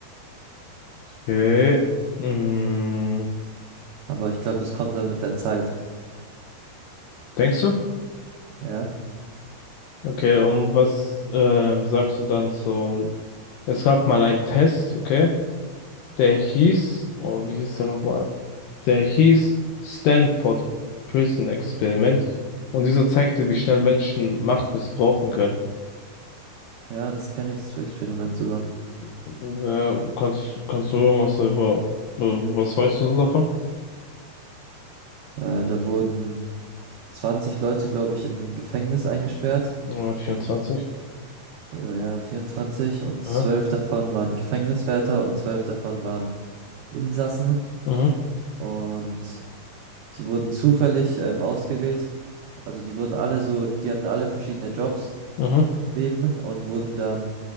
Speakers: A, on the left; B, on the right.
A: Okay. Mhm.
B: Aber ich glaube, das kommt dann mit der Zeit.
A: Denkst du?
B: Ja,
A: Okay, und was ähm, sagst du dann zum... Es gab mal einen Test, okay? Der hieß... Oh, wie hieß der nochmal? Der hieß Stanford Prison Experiment. Und dieser zeigte, wie schnell Menschen Macht missbrauchen können.
B: ja, das kenne ich, das Experiment sogar.
A: Ja, kannst, kannst du irgendwas darüber, äh, was weißt du so davon?
B: Äh, da wurden 20 Leute, glaube ich, in ein Gefängnis eingesperrt.
A: Äh, 24.
B: Oder ja, vierundzwanzig Und
A: Aha.
B: 12 davon waren Gefängniswärter und 12 davon waren Insassen.
A: Mhm,
B: Und Die wurden zufällig ähm, ausgewählt. Also die wurden alle so, die hatten alle verschiedene Jobs
A: mhm,
B: im Leben und wurden dann,